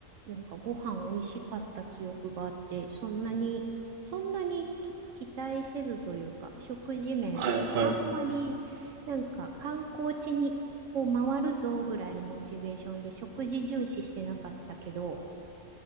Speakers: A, on the right; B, on the right.
A: なんかご飯美味しかった記憶があって、そんなに、そんなにき期待せずというか、食事面、
B: はいはい
A: あんまり、なんか観光地にを回るぞぐらいのモチベーションで食事重視してなかったけど、